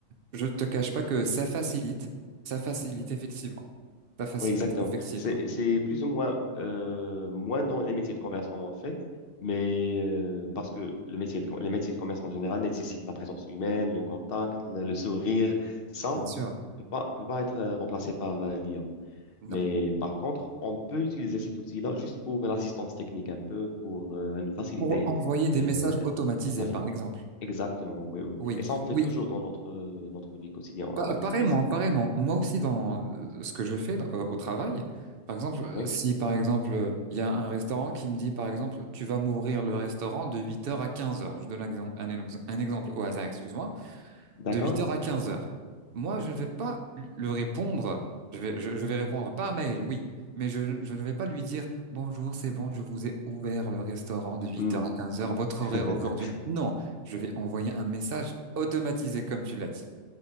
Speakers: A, on the right; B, on the left.
A: je ne te cache pas que ça facilite, ça facilite effectivement. Ça facilite
B: Oui, exactement.
A: effectivement.
B: C'est, c'est plus ou moins euh, moins dans les métiers de commerce comme on fait, mais euh, parce que le métier de, com- les métiers de commerce en général nécessitent la présence humaine, le contact, le, le sourire. Ça
A: Bien sûr.
B: peut pas, peut pas être euh, remplacé par euh, l'IA. Mais
A: Non.
B: par contre, on peut utiliser cet outil-là juste pour l'assistance technique un peu, pour euh, nous faciliter
A: Pour envoyer des
B: euh,
A: messages automatisés
B: la vie.
A: par exemple.
B: Exactement, oui, oui.
A: Oui,
B: Et ça, on fait
A: Oui.
B: toujours dans notre, euh, notre vie quotidienne
A: Pa-
B: à l'entreprise.
A: Pareillement, pareillement. Moi aussi, dans euh, ce que je fais dans- euh, au travail, par exemple,
B: Oui,
A: si par exemple, il y a un restaurant qui me dit, par exemple, tu vas m'ouvrir le restaurant de huit heures à quinze heures. je donne un, exem- un ex- un exemple au hasard, excuse-moi,
B: d'accord?
A: de huit heures à quinze heures. Moi, je ne vais pas le répondre, je vais, je, je vais répondre par mail, oui, mais je, je ne vais pas lui dire, bonjour, c'est bon, je vous ai ouvert le restaurant de huit
B: Hmm.
A: heures à quinze heures, votre
B: <laughs>
A: horaire aujourd'hui. Non, je vais envoyer un message automatisé, comme tu l'as dit.